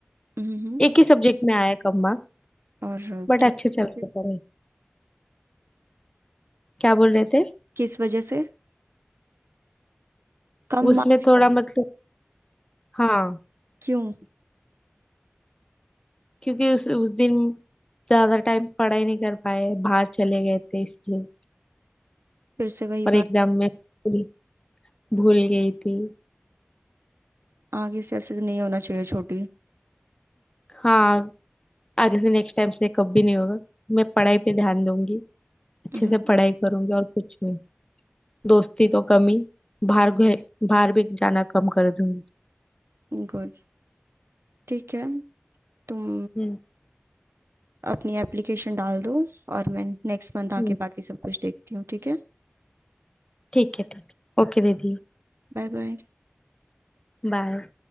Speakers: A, on the right; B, on the left.
A: हम्म
B: एक ही सब्जेक्ट में आए कम मार्क्स
A: और
B: बट
A: किस
B: अच्छे
A: वजह
B: चल रहे
A: से
B: पढ़े क्या बोल रहे थे
A: किस वजह से कम
B: उसमें
A: मार्क्स क्यों
B: थोड़ा
A: आए
B: मतलब हाँ
A: क्यों
B: क्योंकि उस उस दिन ज्यादा टाइम पढ़ाई नहीं कर पाए बाहर चले गए थे इसलिए
A: फिर से वही
B: और
A: बात
B: एग्जाम में भूल भूल गई थी
A: आगे से ऐसे नहीं होना चाहिए छोटी
B: हाँ आगे से नेक्स्ट टाइम से कभी नहीं होगा मैं पढ़ाई पे ध्यान दूंगी अच्छे
A: हम्म
B: से पढ़ाई करूंगी और कुछ नहीं दोस्ती तो कम ही बाहर घे- बाहर भी जाना कम कर दूंगी
A: गुड ठीक है तुम
B: हम्म
A: अपनी एप्लीकेशन डाल दो और मैं नेक्स्ट मंथ
B: हम्म,
A: आके बाकी सब कुछ देखती हूँ ठीक है
B: ठीक है ठीक है ओके दीदी
A: Bye bye
B: बाय